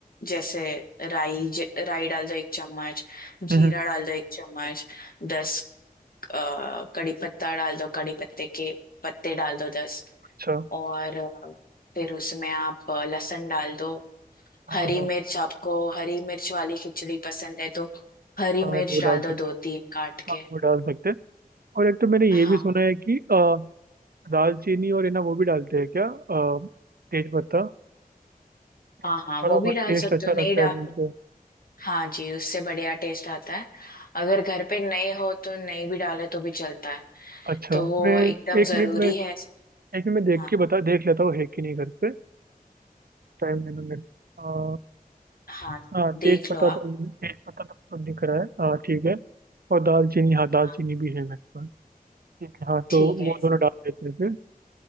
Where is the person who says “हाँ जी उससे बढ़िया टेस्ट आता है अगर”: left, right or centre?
Left